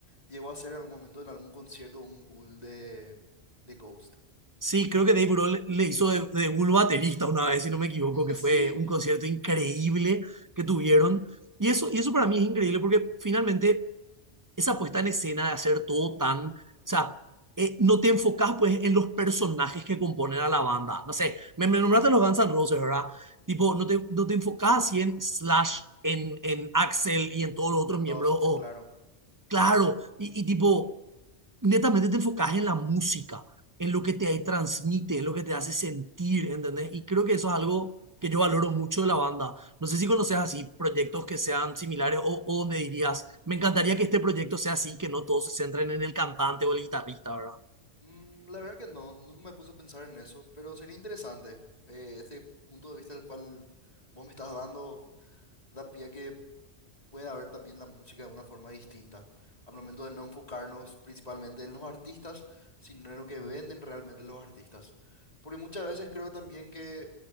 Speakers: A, on the left; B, on the right.
A: llegó a ser en algún momento en algún concierto un ghoul de, de Ghost.
B: sí, creo que Dave Grohl le hizo de, de ghoul baterista una vez, si no me equivoco, que
A: <laughs> Sí,
B: fue un concierto increíble que tuvieron. Y eso, y eso para mí es increíble porque finalmente esa puesta en escena de hacer todo tan, o sea, eh, no te enfocas pues en los personajes que componen a la banda. No sé, me, me nombraste los Guns N' Roses, ¿verdad? Tipo, no te, no te enfocas así en Slash, en, en Axel y en todos los otros
A: en
B: miembros.
A: Dove,
B: O,
A: claro.
B: claro, y, y tipo, netamente te enfocas en la música, en lo que te transmite, en lo que te hace sentir, ¿entendés? Y creo
A: Ujú.
B: que eso es algo que yo valoro mucho de la banda. No sé si conoces así proyectos que sean similares o, o donde dirías, me encantaría que este proyecto sea así, que no todos se centren en el cantante o el guitarrista, ¿verdad?
A: Mm, la verdad que no, nunca me puse a pensar en eso, pero sería interesante. eh, este punto de vista del cual vos me estás dando da pie a que pueda ver también la música de una forma distinta, al momento de no enfocarnos principalmente en los artistas, sino en lo que venden realmente los artistas. Porque muchas veces creo también que,